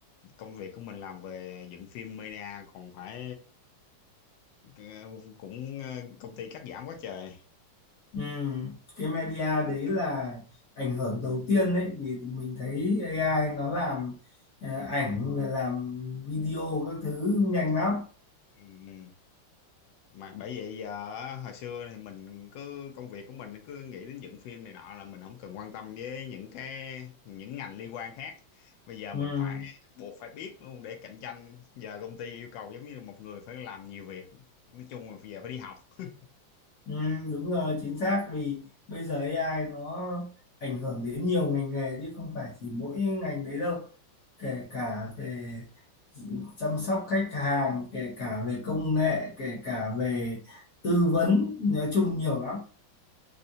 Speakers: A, on the left; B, on the left.
A: công việc của mình làm về dựng phim media còn phải ờ, cũng ờ, công ty cắt giảm quá trời.
B: ừ, cái media đấy là ảnh hưởng đầu tiên đấy vì mình thấy AI nó làm ờ, ảnh và làm video các thứ nhanh lắm
A: Ừ. mà bởi vậy giờ hồi xưa thì mình cứ công việc của mình cứ nghĩ đến dựng phim này nọ là mình không cần quan tâm với những cái những ngành liên quan khác bây giờ
B: ừ,
A: mình phải buộc phải biết luôn để cạnh tranh giờ công ty yêu cầu giống như một người phải làm nhiều việc nói chung là bây giờ phải đi học <laughs>
B: ừ, đúng rồi chính xác vì bây giờ AI nó ảnh hưởng đến nhiều ngành nghề chứ không phải chỉ mỗi ngành đấy đâu kể cả về chăm sóc khách hàng kể cả về công nghệ kể cả về tư vấn nói chung nhiều lắm